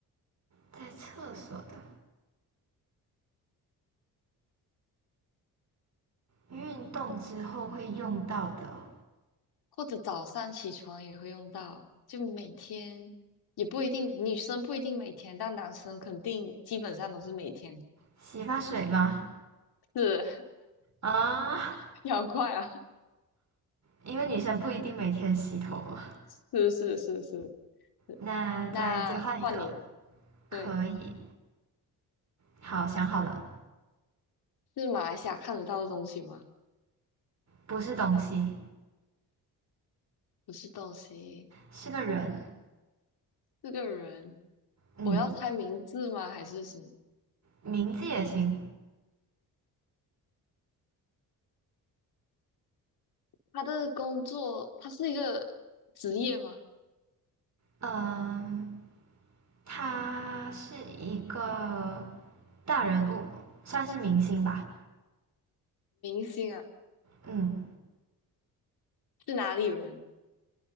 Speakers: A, on the right; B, on the left.
A: 在厕所的，运动之后会用到的
B: 或者早上起床也会用到，就每天也不一定，女生不一定每天，但男生肯定基本上都是每天。
A: 洗发水吗？
B: 是，
A: 啊，
B: <laughs> 你好快啊！
A: 因为女生不一定每天洗头嘛。
B: <laughs> 是是是是是。
A: 那再交换一个，
B: 那换你，
A: 可以。
B: 对，
A: 好，想好了，
B: 是马来西亚看得到的东西吗？
A: 不是东西，
B: 不是东西，
A: 是个人。
B: 是个人。
A: 嗯，
B: 我要猜名字吗？还是什么？
A: 名字也行。
B: 他的工作，他是一个职业吗？
A: 嗯，他是一个大人物，算是明星吧。
B: 明星啊，
A: 嗯
B: 是哪里人？